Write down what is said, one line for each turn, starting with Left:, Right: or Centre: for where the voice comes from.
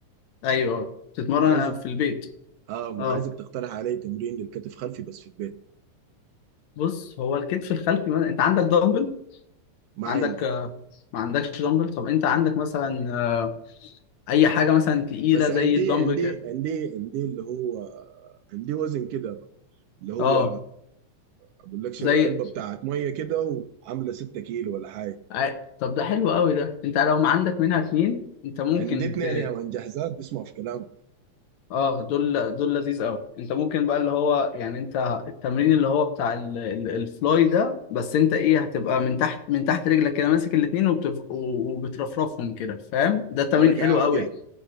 Left: ايوه تتمرن
Right: عايز
Left: في البيت
Right: اه
Left: اه
Right: عايزك تقترح علي تمرين للكتف خلفي بس في البيت
Left: بص هو الكتف الخلفي مثلا انت عندك دمبل
Right: مع
Left: عندك
Right: عندي
Left: آه، ما عندكش دمبل طب انت عندك مثلا آه، اي حاجه مثلا تقيله
Right: بس
Left: زي
Right: عندي
Left: الدمبل
Right: عندي
Left: كده
Right: عندي عندي اللي هو عندي وزن كده اللي هو
Left: اه
Right: اقول لك شنو
Left: زي
Right: علبه بتاعت ميه كده وعامله 6 كيلو ولا حاجه
Left: آه، طب ده حلو قوي ده انت لو ما عندك منها اتنين انت ممكن
Right: عندي اتنين
Left: ت...
Right: يا من جاهزات بيسمعوا في كلامك
Left: اه دول دول لذيذ قوي انت ممكن بقى اللي هو يعني انت التمرين اللي هو بتاع ال... ال... الفلاي ده بس انت ايه هتبقى من تحت من تحت رجلك كده ماسك الاتنين وبترف... و- وبترفرفهم كده فاهم ده التمرين
Right: وانا
Left: حلو
Right: قاعد
Left: قوي
Right: يعني